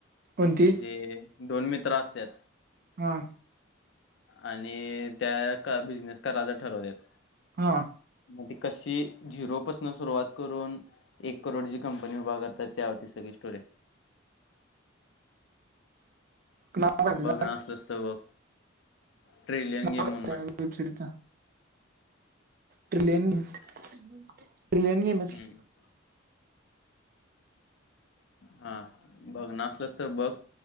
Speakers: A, on the right; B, on the left.
A: कोणती
B: म्हणजे दोन मित्र असत्यात.
A: हा.
B: आणि त्या का बिझनेस करायचं ठरवत्यात.
A: हा.
B: आणि ती कशी झिरोपासून सुरुवात करून एक करोडचीं कंपनी उभा करत्यात त्यावरती सगळी स टोरी.
A: <unintelligible> नाव काय तिचं
B: बघणार आसलास तर बघ. ट्रिलियन
A: वेब
B: गेम म्हणून आहे
A: सिरीजचं. ट्रिलियन, ट्रिलियन गेमच
B: हम्म
A: की.
B: हा, बघणा आसलस तर बघ.